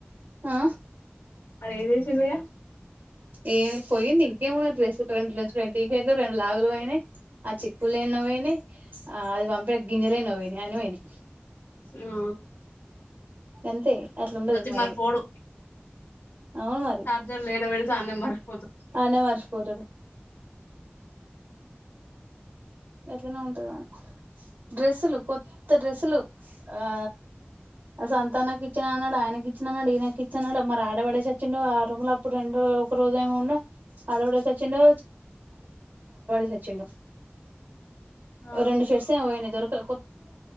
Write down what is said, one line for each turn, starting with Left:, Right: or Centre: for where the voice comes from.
Right: ఆ
Left: అది వేసేసిందిగా
Right: ఏ అది పోయింది ఇంకేమున్నా డ్రెస్సు రెండు డ్రెస్ రెండు టీ షర్ట్లు రెండు లాగులు పోయినాయి ఆ చిక్కుల్లో ఎన్నో పోయినాయి ఆ అది పంపిన గిన్నెలు ఎన్నో పోయినాయి అన్ని పోయినాయి
Left: ఆ
Right: అంతే అట్లాండది
Left: మతి
Right: మనది
Left: మరపోడు
Right: అవును మరి
Left: <unintelligible>
Right: ఆయనే మర్చిపోతాడు ఎట్లనో ఉంటది <unintelligible> డ్రెస్సులు కొత్త డ్రెస్సులు ఆ <unintelligible> అన్నాడు ఆయన కిచన్ అన్నాడు ఈయనకిచ్చన్ అన్నాడు మ మా ఆడ పడే ఒచ్చిండో ఆ రూమ్ ల ఇప్పుడు రెండు ఒక రోజు ఏమో ఉన్న ఆడ పడేసి ఒచ్చిండో <unintelligible>
Left: ఆ
Right: రెండు షర్ట్స్ ఏమో పోయినయి దొరకల